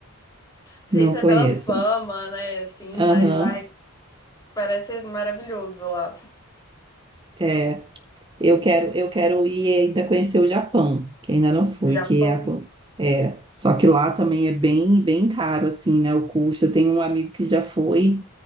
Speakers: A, on the left; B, on the right.
A: sei
B: não
A: se é
B: conheço.
A: pela fama, né? Assim, mas
B: Aham,
A: ai, parece ser maravilhoso lá.
B: é. Eu quero, eu quero ir ainda conhecer o Japão, que ainda não fui,
A: Japão.
B: que é, é, só que lá também é bem, bem caro assim, né, o custo. Eu tenho um amigo que já foi